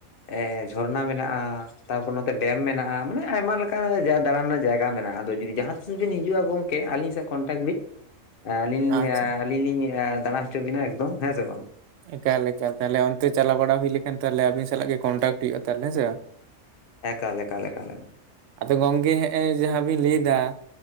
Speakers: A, on the left; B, on the right.
A: ᱮ ᱡᱷᱚᱨᱱᱟ ᱢᱮᱱᱟᱜᱼᱟ, ᱛᱟᱨᱯᱚᱨ ᱱᱚᱛᱮ ᱰᱮᱢ ᱢᱮᱱᱟᱜᱼᱟ, ᱢᱟᱱᱮ ᱟᱭᱢᱟ ᱞᱮᱠᱟ ᱚᱱᱠᱟ ᱫᱟᱸᱬᱟᱱ ᱨᱮᱱᱟᱜ ᱡᱟᱭᱜᱟ ᱢᱮᱱᱟᱜᱼᱟ ᱟᱫᱚ ᱡᱩᱫᱤ ᱡᱟᱦᱟᱸ ᱛᱤᱥ ᱵᱤᱱ ᱦᱤᱡᱩᱜᱼᱟ ᱜᱚᱢᱠᱮ ᱟᱹᱞᱤᱧ ᱥᱟᱸᱜ ᱠᱚᱱᱴᱟᱠᱴ ᱵᱤᱱ ᱾ ᱦᱮᱸ ᱟᱹᱞᱤᱧ
B: ᱟᱪᱪᱷᱟ
A: ᱟᱹᱞᱤᱧ ᱞᱤᱧ ᱫᱟᱬᱟ ᱦᱚᱪᱚ ᱵᱤᱱᱟ ᱮᱠᱫᱚᱢ ᱦᱮᱸ ᱥᱮ ᱵᱟᱝ᱾
B: ᱮᱠᱟᱞ ᱮᱠᱟᱞ ᱛᱟᱦᱚᱞᱮ ᱚᱱᱛᱮ ᱪᱟᱞᱟᱣ ᱵᱟᱲᱟ ᱦᱩᱭ ᱞᱮᱠᱷᱟᱱ ᱛᱟᱦᱚᱞᱮ ᱟᱵᱤᱱ ᱥᱟᱞᱟᱜ ᱜᱮ ᱠᱚᱱᱴᱟᱠᱴ ᱦᱩᱭᱩᱜᱼᱟ ᱛᱟᱦᱚᱞᱮ ᱦᱮᱸᱥᱮ ᱵᱟᱝ ᱾
A: ᱮᱠᱟᱞ ᱮᱠᱟᱞ ᱮᱠᱟᱞ ᱾
B: ᱟᱫᱚ ᱜᱚᱢᱠᱮ ᱡᱟᱦᱟᱸ ᱵᱤᱱ ᱞᱟᱹᱭᱫᱟ